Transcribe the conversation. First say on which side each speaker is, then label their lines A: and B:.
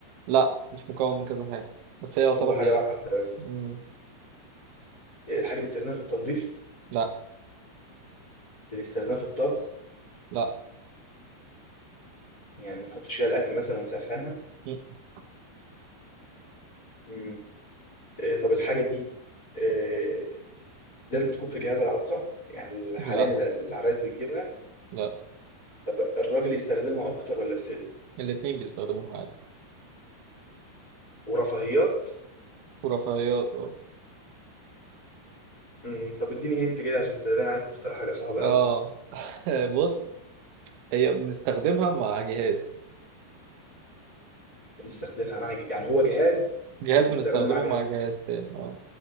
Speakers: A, on the right; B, on the left.
A: لا مش مكون من كذا حاجة بس هي يعتبر
B: هو حاجة
A: جهاز
B: واحدة بس
A: مم.
B: إيه، الحاجة بنستخدمها في التنظيف
A: لا
B: بنستخدمها في الطبخ
A: لا
B: يعني بنحط فيها الأكل مثلا ونسخنها
A: مم.
B: مم. إيه، طب الحاجة دي إيه، لازم تكون في جهاز العروسة يعني حاليا
A: لا
B: العرايس بتجيبها
A: لا
B: طب الراجل يستخدمها أكتر ولا الست
A: الاتنين بيستخدموها عادي
B: ورفاهيات
A: ورفاهيات اه
B: مم. طب اديني هنت كده عشان تبان عليك مختار حاجة صعبة
A: آه.
B: أوي
A: <laughs> بص هي بنستخدمها مع جهاز
B: بنستخدمها مع يعني هو جهاز
A: جهاز
B: بيستخدم
A: بنستخدمه
B: مع جهاز
A: مع جهاز تاني اه